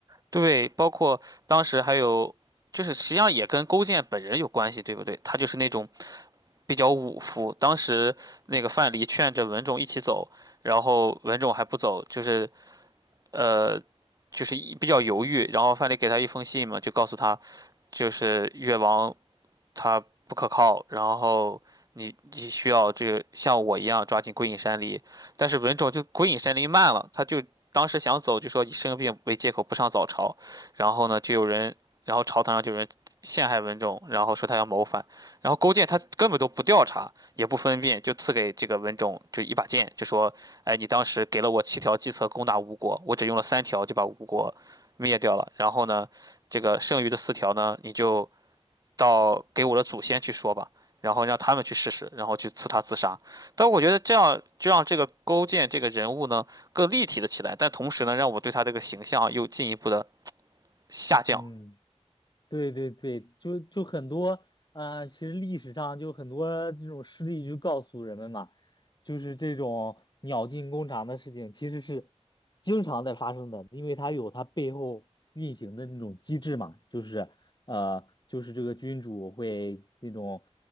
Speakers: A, on the right; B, on the left.
A: 对，包括当时还有，就是实际上也跟勾践本人有关系，对不对？他就是那种比较武夫。当时那个范蠡劝着文种一起走，然后文种还不走，就是呃，就是一比较犹豫。然后范蠡给他一封信嘛，就告诉他，就是越王他不可靠，然后你你需要这个像我一样抓紧归隐山林，但是文种就归隐山林慢了，他就当时想走就说以生病为借口不上早朝，然后呢就有人，然后朝堂上就有人陷害文种，然后说他要谋反，然后勾践他根本都不调查也不分辨，就赐给这个文种就一把剑，就说，哎你当时给了我七条计策攻打吴国，我只用了三条就把吴国灭掉了，然后呢这个剩余的四条呢你就。到给我的祖先去说吧，然后让他们去试试，然后去刺他自杀。但我觉得这样就让这个勾践这个人物呢更立体了起来，但同时呢，让我对他这个形象啊又进一步的下降。
B: 嗯。对对对，就就很多，呃，其实历史上就很多这种事例就告诉人们嘛，就是这种鸟尽弓藏的事情，其实是经常在发生的，因为它有它背后运行的那种机制嘛，就是呃，就是这个君主会那种，